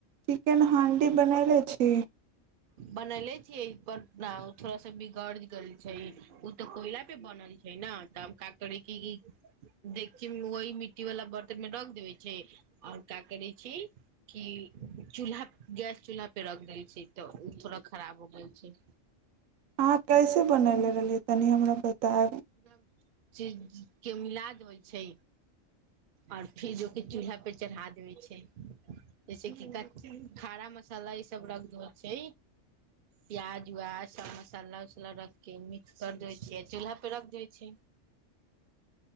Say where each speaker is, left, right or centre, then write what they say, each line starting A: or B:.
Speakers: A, on the right; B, on the right.
A: चिकेन हांडी बनैले छी
B: बनले छियै पर ना थोड़ा सा बिगड़ गेल छै उ तऽ कोयला पे बनल छै ने तब का करेके कि की देखीयौ न वहि मिट्टी वाला बर्तन में रख देवे छै और का करे छी की चूल्हा गैस चूल्हा पे रख देल छै तऽ ओ थोड़ा खराब हो गेल छै
A: अहाँ कैसे बनैले रहलियै तनि हमरा बतायब
B: जब चीज के मिला देबै छै ओर फेर जो कि चूल्हा पर चढ़ा देबे छै जैसे कि खारा मसाला ईसभ रख देबै छै। प्याज उ्याज सब मसाला उसाला रख के मिक्स कर देबै छै। चूल्हा पे रख जाइ छै